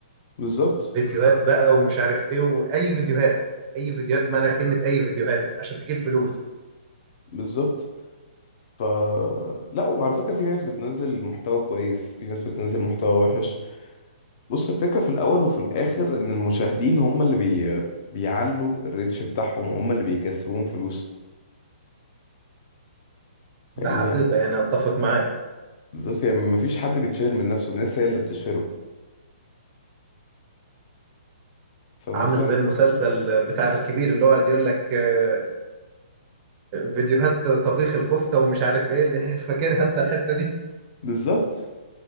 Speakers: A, on the left; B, on the right.
A: بالظبط
B: فيديوهات بقى ومش عارف ايه واي فيديوهات اي فيديوهات بمعنى كلمة اي فيديوهات عشان تجيب فلوس
A: بالظبط ف لا وعلى فكرة في ناس بتنزل محتوى كويس في ناس بتنزل محتوى وحش بص الفكرة في الأول وفي الآخر إن المشاهدين هم اللي بي... بيعلوا الريتش بتاعهم وهم اللي بيكسبوهم فلوس
B: ده
A: فاهمني
B: حقيقة
A: يعني
B: يعني اتفق معاك
A: بالظبط يعني مفيش حد بيتشهر من نفسه الناس هي اللي بتشهره فمثلا
B: عامل زي المسلسل بتاع الكبير اللي هو قاعد يقول لك آه، فيديوهات طبيخ الكفتة ومش عارف ايه اللي <laughs> فاكرها انت الحتة دي
A: بالظبط